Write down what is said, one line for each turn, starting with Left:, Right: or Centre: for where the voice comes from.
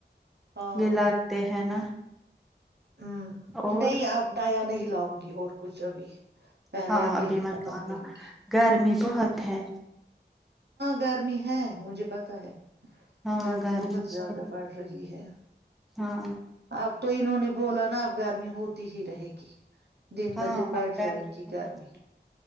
Right: ہاں
Centre: یہ لگتے ہیں نا
Right: ہ
Centre: اور
Right: نہیں آپ ڈٹایاں نہیں لاؤ ہوں گی اور کچھ ابھی پہلے
Centre: ہاں
Right: آپ یہی
Centre: ابھی مکانا
Right: ختم کریں گے
Centre: گرمی بہت ہے
Right: گرمی ہے مجھے پتا ہے
Centre: ہاں
Right: گرمی بہت زیادہ
Centre: سوری
Right: بڑھ رہی ہے
Centre: ہاں
Right: اب تو انہوں نے بولاو نا اب گرمی ہوتی ہی ہے کہ <unintelligible> دن
Centre: ہاں
Right: ب دن بڑھ
Centre: اب گرمی
Right: جائے گی
Centre: بہت۔
Right: گرمی